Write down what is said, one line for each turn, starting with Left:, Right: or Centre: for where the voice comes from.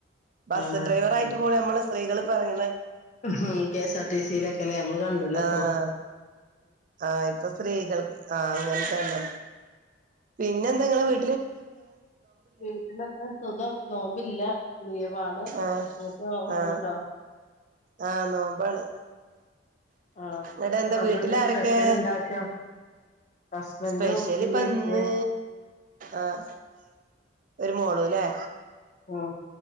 Right: ബസ്സ്
Left: ആഹ് അതന്നെ
Right: ഡ്രൈവറായിട്ട് പോലും അമ്മള് സ്ത്രീകള്പ്പ എറങ്ങ്ണ്
Left: ഉം ഹ് K S R T C യിലൊക്കെല്ലേ നമ്മള് കണ്ട്ല്ലേ
Right: ആഹ്
Left: ഇപ്പൊ
Right: ആഹ് ഇപ്പ സ്ത്രീകൾക്ക് ആഹ് അങ്ങൻതന്നെ പിന്നെന്താ ഇങ്ങളെ വീ
Left: വീട്ട്ലൊക്കെ സുഖം നോമ്പില്ലാ. ലീ വാണ് നിനക്ക്
Right: ആഹ്
Left: നോ നോമ്പ്ണ്ടോ
Right: ആഹ് ആഹ് നോമ്പാണ്
Left: ആഹ്
Right: ഇങ്ങട്ട് എന്താ
Left: അപ്പൊ എന്താഞ്ഞ്
Right: വീട്ടിലാരൊക്കെ
Left: സ്പെഷ്യല് ഇണ്ടാക്കാ ഹസ്ബൻഡും
Right: സ്പെഷ്യലിപ്പന്ന്
Left: ഉമ്മീം ഇപ്പീം
Right: ആഹ് ഒരു മോളൂല്ലേ
Left: ഉം